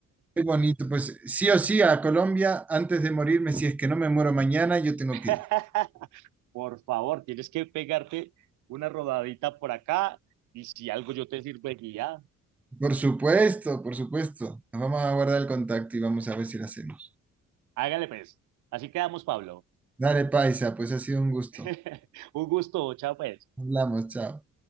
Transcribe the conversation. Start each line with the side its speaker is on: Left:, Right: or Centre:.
Centre: Qué bonito. Pues sí o sí, a Colombia, antes de morirme, si es que no me muero mañana, yo tengo
Right: <laughs>
Centre: que ir.
Right: Por favor, tienes que pegarte una rodadita por acá y si algo yo te sirvo de guía,
Centre: Por supuesto, por supuesto. Nos vamos a guardar el contacto y vamos a ver si lo hacemos.
Right: hágale pues. Así quedamos, Pablo.
Centre: Dale, paisa, pues ha sido un gusto.
Right: <laughs> Un gusto, chao pues.
Centre: Hablamos, chao.